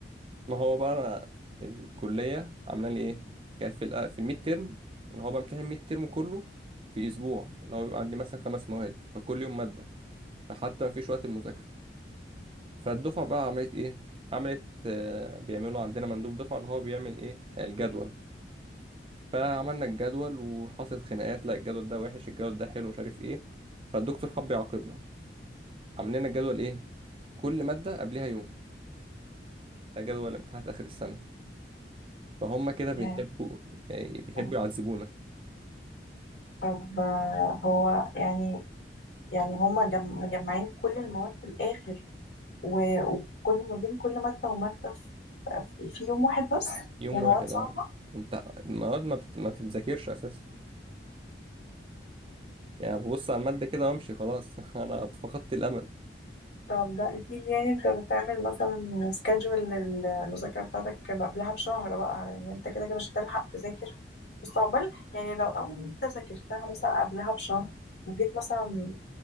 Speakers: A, on the right; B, on the left.
A: ما هو بقى أنا الكلية عاملة لي إيه كانت في الأ- في الميد تيرم اللي هو بمتحن الميد تيرم كله في أسبوع اللي هو بيبقى عندي مثلا خمس مواد فكل يوم مادة فحتى مفيش وقت المذاكرة فالدفعة بقى عملت إيه عملت آه، بيعملوا عندنا مندوب دفعة اللي هو بيعمل إيه الجدول فعملنا الجدول وحصلت خناقات لا الجدول ده وحش الجدول ده حلو مش عارف ايه فالدكتور حب يعاقبنا عامل لنا الجدول ايه كل مادة قبلها يوم ده جدول امتحانات آخر السنة فهم كده بيحبوا
B: يعني
A: آه، بيحبوا
B: آه،
A: يعذبونا
B: طب آه، هو يعني يعني هما جم- مجمعين كل المواد في الآخر و- وكل ما بين كل مادة ومادة في في يوم واحد بس
A: يوم
B: والمواد
A: واحد
B: صعبة
A: اه ومت- المواد ما, بت... ما بتتذاكرش أساسا يعني ببص على المادة كده وأمشي خلاص <laughs> أنا فقدت الأمل
B: طب ده أكيد يعني أنت بتعمل مثلا سكادجول للمذاكرة بتاعتك قبلها بشهر بقى إن أنت كده كده مش هتلحق تذاكر بس عقبال يعني لو أول أنت ذاكرتها مثلا قبلها بشهر وجيت مثلا